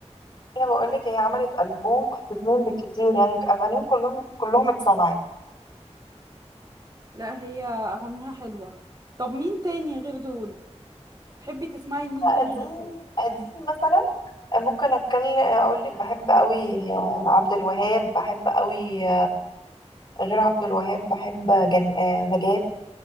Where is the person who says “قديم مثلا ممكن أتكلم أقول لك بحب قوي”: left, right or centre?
Left